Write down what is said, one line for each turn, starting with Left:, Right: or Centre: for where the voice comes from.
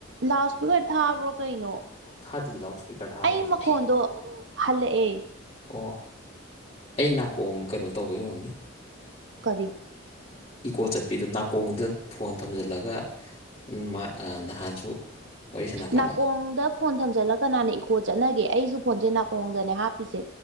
Right: ꯂꯥꯎ ꯁ꯭ꯄꯤꯀ꯭ꯔ ꯊꯥꯕ꯭ꯔꯣ ꯀꯩꯅꯣ
Left: ꯊꯥꯗꯤ ꯂꯥꯎꯠ ꯏꯁꯄꯤꯀꯔ ꯊꯥꯕ
Right: ꯑꯩ
Left: ꯌꯥꯗꯦ
Right: ꯃꯈꯣꯟꯗꯣ
Left: ꯁꯤꯗ
Right: ꯍꯜꯂꯛꯑꯦ
Left: ꯑꯣ ꯑꯩ ꯅꯥꯀꯣꯡ ꯀꯩꯅꯣ ꯇꯧꯕꯩ ꯑꯣꯏꯔꯝꯅꯤ
Right: ꯀꯔꯤ
Left: ꯏꯀꯣ ꯆꯠꯄꯤꯗꯨ ꯅꯥꯀꯣꯡꯗ ꯐꯣꯟ ꯊꯝꯖꯤꯜꯂꯒ ꯎꯝ ꯃꯥ ꯅꯍꯥꯟꯁꯨ ꯋꯥꯔꯤ ꯁꯥꯟꯅꯀꯥꯟꯗ
Right: ꯅꯥꯀꯣꯡꯗ ꯐꯣꯟ ꯊꯝꯖꯤꯜꯂ ꯀꯅꯥꯅ ꯏꯀꯣ ꯆꯠꯅꯒꯦ ꯑꯩꯁꯨ ꯐꯣꯟꯁꯦ ꯅꯥꯀꯣꯡꯗꯅꯦ ꯍꯥꯞꯄꯤꯁꯦ